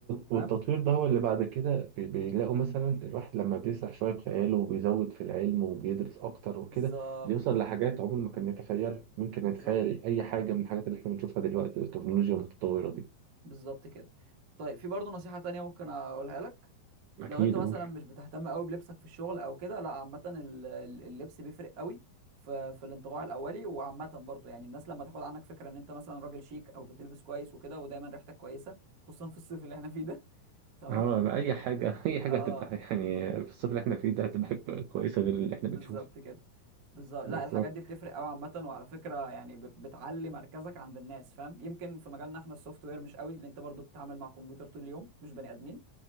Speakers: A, on the right; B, on the right.
A: فاهم
B: والتطوير ده هو اللي بعد كده بي- بيلاقوا مثلا الواحد لما بيسرح شوية بخياله وبيزود في العلم وبيدرس أكتر وكده
A: بالظبط
B: بيوصل لحاجات عمره ما كان يتخيلها ممكن
A: بالظبط
B: يتخيل أي حاجة من الحاجات اللي احنا بنشوفها دلوقتي والتكنولوجيا المتطورة دي
A: بالظبط كده طيب في برضه نصيحة تانية ممكن اقولها لك
B: اكيد
A: لو انت مثلا
B: قول
A: مش بتهتم قوي بلبسك في الشغل او كده لا عامة ال- ال- اللبس بيفرق قوي في في الانطباع الاولي وعامة برضه يعني الناس لما تاخد عنك فكرة ان انت مثلا راجل شيك او بتلبس كويس وكده ودايما ريحتك كويسة خصوصا في الصيف اللي احنا فيه ده <laughs> تمام
B: اه لا، اي حاجه <laughs> اي حاجه
A: اه
B: هتبقى يعني في الصيف اللي احنا فيه ده هتبقى حاجة كويسه غير اللي
A: بالظبط
B: احنا بنشوفه
A: كده بالظبط
B: بالظبط
A: لا الحاجات دي بتفرق قوي عامة وعلى فكرة يعني ب- بتعلي مركزك عند الناس فاهم يمكن في مجالنا احنا السوفت وير مش قوي لان انت برضو بتتعامل مع كمبيوتر طول اليوم مش بني ادمين